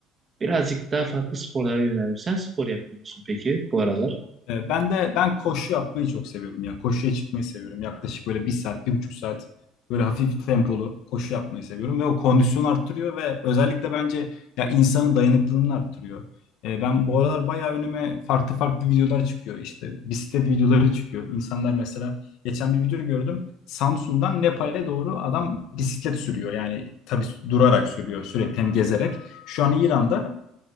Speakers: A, on the right; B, on the left.
A: Birazcık daha farklı sporlara yöneldim. Sen spor yapıyor musun peki bu aralar?
B: Ee, Ben de ben koşu yapmayı çok seviyorum ya. Koşuya çıkmayı seviyorum. Yaklaşık böyle bir saat, bir buçuk saat böyle hafif tempolu koşu yapmayı seviyorum ve o kondisyonu arttırıyor ve özellikle bence ya insanın dayanıklılığını arttırıyor. Ee, ben bu aralar bayağı önüme farklı farklı videolar çıkıyor. İşte bisiklet videoları çıkıyor. İnsanlar mesela geçen bir video gördüm. Samsun'dan Nepal'e doğru adam bisiklet sürüyor. Yani tabii durarak sürüyor sürekli hem gezerek. Şu an İran'da